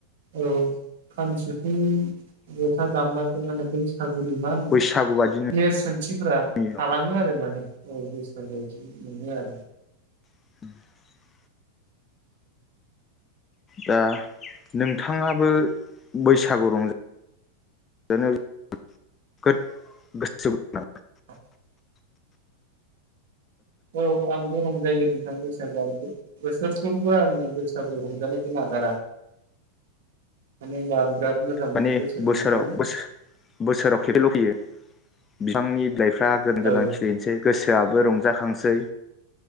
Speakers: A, on the right; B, on the left.
A: औ। खाम सिफुं ज'था दामबासो मा होनो बैसा बैसागुनि मा होनो
B: बैसागु बादि
A: नेरसोन खानथिफोरा
B: नुयो
A: थालाङो आरो माने। औ बैसागुयाव बिदि मोनो आरो।
B: <inaudible> दा नोंथाङाबो बैसागु रंजा रंजानायाव गोसो दं नामा?
A: <inaudible>
B: <inaudible>
A: औ आं आंबो रंजायो नोंथां बैसागुआव बोसोरफ्रोमबो आंनि बैसागु रंजानायखौ नागारा मानो होनबा आं बिराद मोजां मोनो
B: मानि
A: बैसागु
B: बोसोराव
A: रंजानो
B: बोसोर बोसोराव खेबसेल' फैयो। बिफांनि लाइफ फ्रा गोदान
A: औ
B: गोदान खिलिनोसै गोसोआ बो रंजाखांसै